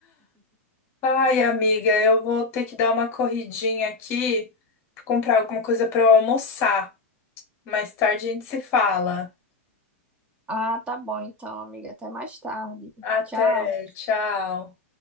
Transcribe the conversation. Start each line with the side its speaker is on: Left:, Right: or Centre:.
Left: Ai, amiga, eu vou ter que dar uma corridinha aqui, pra comprar alguma coisa para eu almoçar. Mais tarde a gente se fala.
Right: Ah, tá bom então, amiga. Até mais tarde.
Left: Até,
Right: Tchau.
Left: tchau.